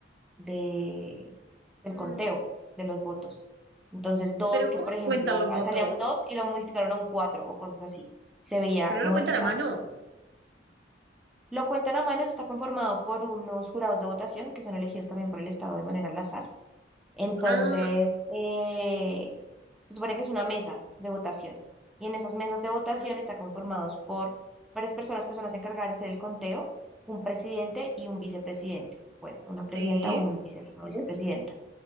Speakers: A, in the centre; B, on the right (about 70°).
A: de, del
B: Mm.
A: conteo de los votos. Entonces, dos
B: Pero
A: que,
B: ¿cómo
A: por ejemplo,
B: cuentan los
A: ah,
B: votos?
A: salía un 2 y lo modificaron a un 4 o cosas así. Se veía
B: Pero no
A: modificado.
B: lo cuentan a mano.
A: Lo cuentan a mano, eso está conformado por unos jurados de votación que son elegidos también por el Estado de manera al azar. Entonces,
B: Ah,
A: eh, se supone que es una mesa de votación. Y en esas mesas de votación
B: ujú.
A: está conformados por varias personas que son las encargadas de hacer el conteo, un presidente y un vicepresidente. Bueno, una presidenta
B: Sí,
A: o un vice- Sí. vicepresidente.